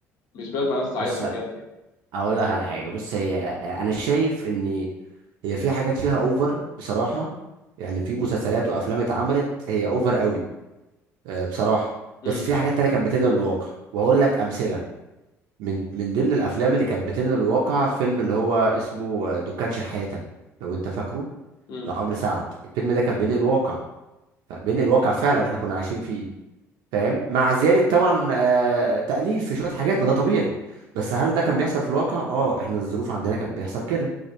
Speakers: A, on the left (about 65°); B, on the right (about 70°).
A: مش بيقعد مع ناس صعيده
B: بص
A: بجد يعني
B: اقول لك على حاجه بص هي انا شايف ان هي في حاجات فيها اوفر بصراحه يعني في مسلسلات وافلام اتعملت هي اوفر قوي آه، بصراحه
A: مم،
B: بس في حاجات تانية كانت بتنقل الواقع وهقول لك امثله من من ضمن الافلام اللي كانت بتنقل الواقع فيلم اللي هو اسمه آه، دكان شحاته لو انت فاكره
A: مم،
B: لعمرو سعد الفيلم ده كان بينقل الواقع بينقل الواقع فعلا احنا كنا عايشين فيه فاهم مع زيادة طبعا آه، تأليف في شوية حاجات ما ده طبيعي بس هل ده كان بيحصل في الواقع؟ اه احنا الظروف عندنا كان بيحصل كده